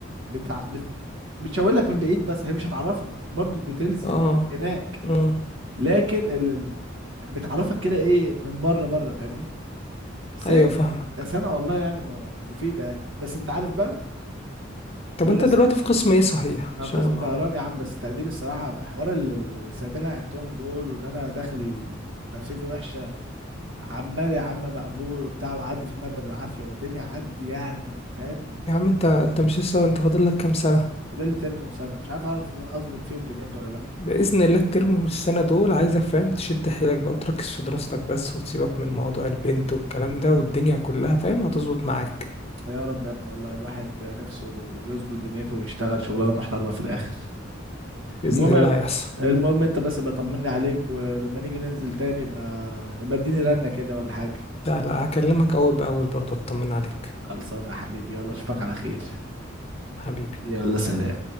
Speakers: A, on the right; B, on the left.
A: بتع... بت... بتشاور لك من بعيد بس هي مش هتعرفك برضو الديتيلز
B: اه
A: هناك
B: امم
A: لكن ال... ال- بتعرفك كده ايه من بره بره فاهمني بس
B: ايوه
A: هيك
B: فاهمك
A: كسنه والله يعني م- مفيده يعني بس انت عارف بقى
B: طب
A: لولا
B: انت دلوقتي في قسم ايه صحيح
A: انا
B: عشان
A: في قسم
B: ما
A: طيران يا عم بس تقديري الصراحه حوار ال- السنتين اللي انا قعدتهم دول وان انا داخل نفسيتي وحشه عمال يا عم مقبول وبتاع وعدي في الماده بالعافيه والدنيا عندي يعني فاهم
B: يا عم انت انت مش لسه انت فاضل لك كام سنة
A: فاضل لي ترم وسنه مش عارف اعرف اظبط فيهم دنيتي ولا لا
B: بإذن الله الترم والسنة دول عايزك فاهم تشد حيلك بقى وتركز في دراستك بس وتسيبك من موضوع البنت والكلام ده والدنيا كلها فاهم هتظبط معاك
A: يا رب يا ابني والله الواحد نفسه يظبط دنيته ويشتغل شغلانه محترمه في الاخر
B: بإذن
A: المهم
B: الله هيحصل
A: المهم انت بس ابقى طمني عليك ولما نيجي ننزل تاني يبقى يبقى اديني رنه كده ولا حاجه
B: لا لا هكلمك أول بأول برضه أطمن عليك
A: خلصانه يا حبيبي يلا اشوفك على خير
B: حبيبي
A: يلا سلام